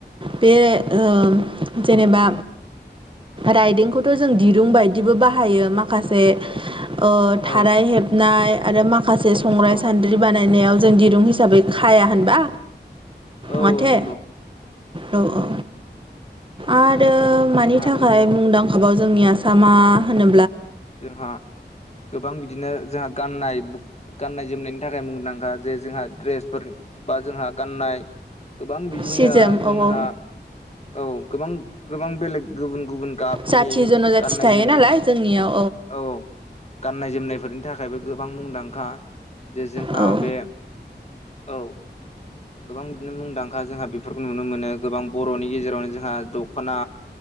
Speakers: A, on the right; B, on the left.
A: बे ओ जेनेबा राइदोंखौथ जों दिरुं बायदिबो बाहायो माखासे ओ थाराय
B: औ
A: हेबनाय आरो माखासे संग्राय
B: औ
A: सान्द्रि बानायनायाव जों दिरुं हिसाबै खाया होनबा?
B: औ
A: माथे
B: नंगौ
A: औ औ आरो मानि
B: आरो
A: थाखाय मुंदांखाबाव जोंनि आसामा होनो
B: जोंहा गोबां बिदिनो जोंहा गाननाय गाननाय जोमनायनि थाखाय मुंदांखा जे जोंहा ड्रेसफोर बा जोंहा गाननाय गोबां बिदिनो
A: सि जोम
B: जोंहा
A: औ औ
B: औ गोबां गोबां बेलेग गुबुन गुबुन गाबनि
A: जाथि जन'जाथि
B: गाननाय
A: थायो
B: जोमनाय
A: नालाय जोंनियाव
B: औ गाननाय जोमनायफोरनि थाखायबो गोबां मुंदांखा जे जोंहा
A: औ
B: बे औ गोबां बिदिनो मुंदांखा जोंहा बेफोरखौ नुनो मोनो गोबां बरनि गेजेरावनो जोंहा दखना